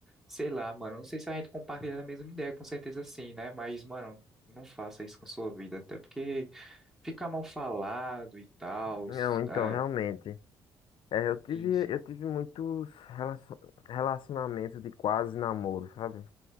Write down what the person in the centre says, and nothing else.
sei lá, mano, não sei se a gente compartilha a mesma ideia, com certeza sim, né? Mas, mano, não faça isso com sua vida, até porque fica mal falado e tal,
ah,
sim, sim,